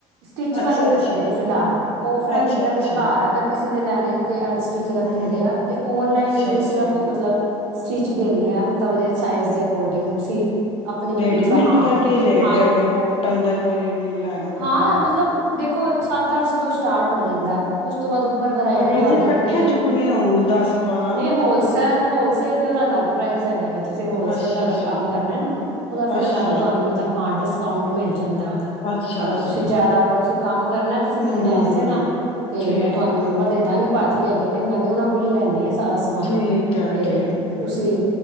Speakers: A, on the right; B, on the left.
A: ਸਟਿਚ
B: ਅੱਛਾ-ਅੱਛਾ,
A: ਵਾਲੇ ਰੱਖੇ ਜ ਫਿਲਹਾਲ ਔਫਲਾਈਨ
B: ਅੱਛਾ-ਅੱਛਾ।
A: ਜਿੱਦਾਂ ਜੇ ਘਰ ਅਗਰ ਕਿਸੇ- ਲੈਣੇ ਨੇ ਤੇ ਟੀ ਰੱਖੇ
B: ਹੂੰ।
A: ਦੇ ਆ ਤੇ ਓਨਲਾਈਨ
B: ਅੱਛਾ-ਅੱਛਾ,
A: ਜੀ ਸਿਰਫ ਮਤਲਬ ਸਟਿਚ ਦਿੰਦੇ ਹਾਂ। ਮਤਲਬਦੇ ਚਾਈਜ਼ ਦੇ ਅਕੋਰਡਿੰਗ ਤੁਸੀਂ ਆਪਣੀ। ਮਤਲਬ
B: ਲੀਮਿੰਟ
A: ਹਾਂ
B: ਦਾ ਕੀ ਰੇਟ
A: ਹਾਂ
B: ਹੈ। ਅਗਰ ਕੋਟਨ ਦਾ ਕੋਈ ਲੈਣਾ ਕਰਨਾ।
A: ਹਾਂ ਮਤਲਬ ਦੇਖੋ, ਸੱਤ ਅੱਠ ਸੌ ਤੋਂ ਸਟਾਰਟ ਹੋ ਜਾਂਦਾ। ਉਸ ਤੋਂ ਬਾਅਦ ਉੱਪਰ ਵਰਾਇਟੀ
B: ਅਗਰ
A: ਤੁਹਾਡੇ
B: ਜੇ ਇਕੱਠੇ
A: ਉੱਤੇ
B: ਚੁੱਕਣੇ ਹੋਣ ਦਸ-ਬਾਰਾਂ
A: ਨਹੀਂ ਹੋਲਸ
B: ਫਿਰ
A: ਹੋਲਸੇਲ ਉਹਦਾ ਅਲੱਗ ਪ੍ਰਾਈਸ ਹੈਗਾ। ਤੁਸੀਂ ਹੋਲਸੇਲ
B: ਅੱਛਾ-ਅੱਛਾ,
A: ਦਾ ਅਗ ਕੰਮ ਕਰਨਾ ਨਾ। ਤਾਂ ਫਿਰ
B: ਅੱਛਾ,
A: ਅਲੱਗ ਤੁਹਾਨੂੰ ਮਤਲਬ ਹਾਂ, ਡਿਸਕਾਊਂਟ ਮਿਲ ਜਾਂਦਾ। ਉਹਦਾ
B: ਅੱਛਾ-ਅੱਛਾ।
A: ਅਗਰ ਤੁਸੀਂ ਜਿਆਦਾ ਅਗਰ ਤੁਸੀਂ ਕੰਮ ਕਰਨਾ। ਤੁਸੀਂ
B: ਹੂੰ,
A: ਮੈਨੂੰ ਦੱਸ ਦੇ ਨਾ ਤੇ
B: ਠੀਕ
A: ਮੈਂ ਤੁਹਾਨੂੰ
B: ਆ,
A: ਨੰਬਰ ਦੇ ਦਾਂਗੀ ਭਾਜੀ ਹੈਗੇ ਨੇ ਮੈਂ ਵੀ ਉਹਨਾਂ ਕੋਲ ਹੀ ਲੈ ਆ ਸਾਰਾ ਸਮਾਨ
B: ਠੀਕ ਆ,
A: ਤੇ
B: ਠੀਕ ਆ।
A: ਤੁਸੀਂ